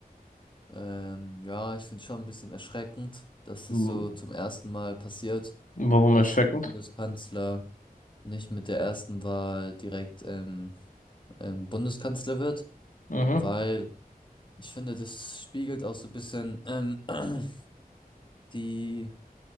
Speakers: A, on the left; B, on the left.
A: ähm, ja, ich finde schon ein bisschen erschreckend, dass
B: Hm,
A: es so zum ersten Mal passiert,
B: Warum
A: dass
B: erschreckend?
A: ein Bundeskanzler nicht mit der ersten Wahl direkt ähm, ähm, Bundeskanzler wird,
B: Mhm.
A: weil ich finde, das spiegelt auch so ein bisschen ähm, <clears throat> die